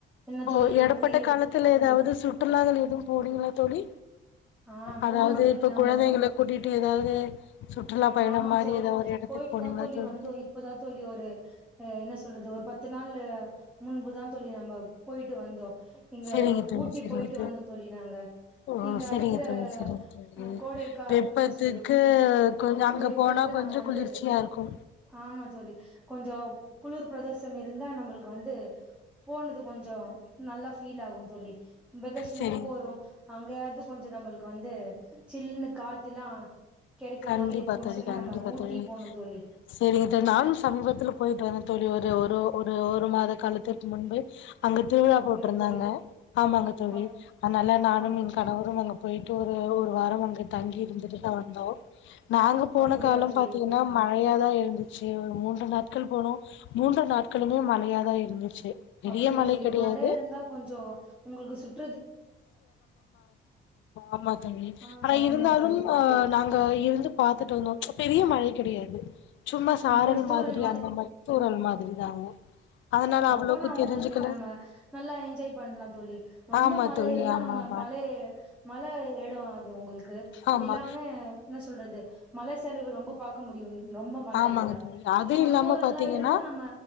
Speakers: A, in the centre; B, on the left (about 70°).
A: என்ன
B: ஓ
A: தோழி
B: எடப்பட்ட
A: எப்டி
B: காலத்துல எதாவது சுற்றுலாகள் எதுவும் போனீங்களா தோழி
A: ஆ
B: அதாவது
A: போனோ தோழி
B: இப்ப
A: நம்ம
B: குழந்தைங்கள கூட்டிட்டு எதாவது சுற்றுலா பயணம்
A: ஆமா
B: மாரி
A: தோழி
B: எதோ ஒரு எடத்துக்கு
A: போயிட்டு
B: போனீங்ளா
A: தா
B: தோழி
A: இப்பதா தோழி ஒரு ஆ என்ன சொல்றது ஒரு பத்து நாள் முன்புதான் தோழி நம்ம போயிட்டு வந்தோ இங்க
B: செரிங்க தோழி
A: ஊட்டி
B: செரிங்க
A: போயிட்டு வந்தோ தோழி நாங்க
B: ஓ
A: இங்க
B: செரிங்க
A: அடிக்கிற
B: தோழி செரிங்க தோழி
A: அ கோடை கா
B: வெப்பத்துக்கு
A: என்ன சொல்றது
B: கொஞ்ச அங்க
A: கோடை வெப்பத்துக்கு
B: போனா கொஞ்ச
A: நம்ம வந்து
B: குளிர்ச்சியா இருக்கு
A: ஆமா தோழி கொஞ்சோ குளிர் பிரதேசம் இருந்தா நம்புளுக்கு வந்து போனது கொஞ்சோ நல்லா ஃபீல் ஆகும் தோழி வெக்கேஷனே
B: செரிங்க
A: போறோ
B: தோழி
A: அங்கயாவது கொஞ்சம் நம்மளுக்கு வந்து சில்லுன்னு காத்துல்லா கெடைக்கிற
B: கண்டிப்பா
A: மாதிரி இரு க்குன்
B: தோழி
A: சொல்லி
B: கண்டிப்பா
A: நம்ம ஊட்டி
B: தோழி
A: போனம் தோழி
B: செரிங்க தோழி நானு சமீபத்துல போயிட்டு வர தோழி ஒரு ஒரு ஒரு ஒரு மாத காலத்திற்கு முன்பு அங்க திருவிழா
A: அப்டியா
B: போட்டிருந்தாங்க
A: தோழி
B: ஆமாங்க தோழி
A: அப்
B: அதனால நானும்
A: அப்
B: இங் கணவரும் அங்க போயிட்டு ஒரு ஒரு வாரம் அங்க தங்கி இருந்துட்டுதா வந்தோ நாங்க போன
A: அப்டியா
B: காலம்
A: தோழி
B: பாத்தீங்கன்னா மழையாதான் இருந்துச்சு ஒரு மூன்று நாட்கள் போனோ மூன்று நாட்களுமே மழையாதான் இருந்துச்சு பெரிய
A: அப்டியா
B: மழை
A: தோழி
B: கெடையாது
A: மழ இருந்தா கொஞ்சோ உங்குளுக்கு சுத்
B: ஆமா தோழி
A: ஆ
B: ஆனா
A: ஆமா
B: இருந்தாலும்
A: தோழி
B: அ நாங் க இருந்து பாத்துட்டு வந்தோ பெரிய மழை கெடையாது சும்மா சாரல்
A: ஆ கொஞ்சோ தூறல்
B: மாதிரி அந்த மாரி தூறல் மாதிரி தானோ அதனால அவ்ளோக்கு
A: போனா உங்குளுக்கு
B: தெரிஞ்சுக்கல
A: நம்ம நல்லா என்ஜாய் பண்ணலாம் தோழி ரொம்ப
B: ஆமா
A: மழ
B: தோழி
A: இருந்தா
B: ஆமா
A: நம்ம
B: ஆமா
A: மழை மழ எடம் அது உங்குளுக்கு
B: ஆமா
A: எல்லாமே என்ன சொல்றது மலச்சரிவு ரொம்ப பாக்க முடியும் ரொம்ப மழ
B: ஆமாங்க
A: இருந்தா
B: தோழி அது
A: ஆமா
B: இல்லாம
A: தூரல்லா
B: பாத்தீங்கன்னா
A: இருந்தா நம்ம